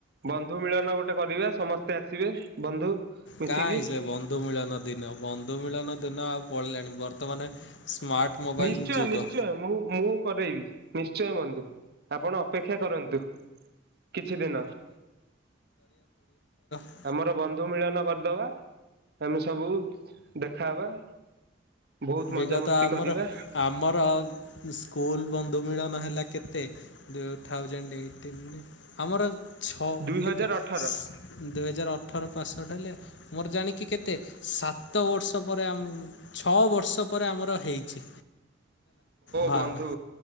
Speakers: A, on the right; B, on the left.
A: ବନ୍ଧୁ ମିଳନ ଗୋ କରିବା, ସମସ୍ତେ ଆସିବେ ମିଶିକି
B: କାଇଁ ସେ ବନ୍ଧୁ ମିଳନ ଦିନ, ବନ୍ଧୁ ମିଳନ ଦିନ ଆଉ ଲାଣି। ବର୍ତ୍ତମାନେ ସ୍ମାର୍ଟ ମୋବାଇଲ୍‌
A: ନିଶ୍ଚୟ
B: ଯୁଗ।
A: ନିଶ୍ଚୟ ମୁଁ ମୁଁ କରେଇବି ନିଶ୍ଚୟ ବନ୍ଧୁ ଆପଣ ଅପେକ୍ଷା କରନ୍ତୁ। କିଛି ଦିନ
B: <inaudible>
A: ଆମର ବନ୍ଧୁ ମିଳନ କର୍ଦବା, ଆମେ ସବୁ ଦେଖାହବା। ବହୁତ
B: ବିଗତ
A: ମଜାମସ୍ତି
B: ଆମର
A: କରିବା
B: ଆମର ସ୍କୁଲ୍‌ ବନ୍ଧୁ ମିଳନ ହେଲା। କେତେ ଥାଉଜେଣ୍ଟ୍ ଏଇଟିନ୍‌ରେ ଆମର ଛ
A: ଦୁଇ
B: କେତେ
A: ହଜାର ଅଠର
B: ଦୁଇ ହଜାର୍ ଅଠର ପାସ୍‌ ଆଉଟ୍ ହେଲେ ମୋର ଜାଣିକି କେତେ? ସାତ ବର୍ଷ ପରେ ଛଅ ବ ପରେ ଆମର ହେଇଛି। ଭାବେ
A: ବନ୍ଧୁ